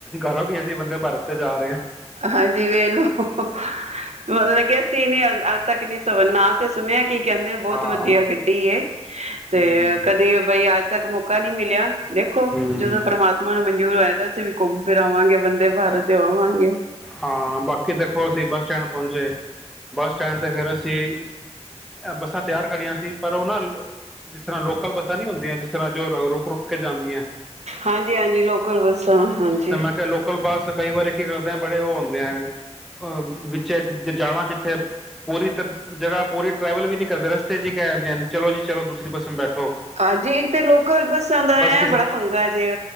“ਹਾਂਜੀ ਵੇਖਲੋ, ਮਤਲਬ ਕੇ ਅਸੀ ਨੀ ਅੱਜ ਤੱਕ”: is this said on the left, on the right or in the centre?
Right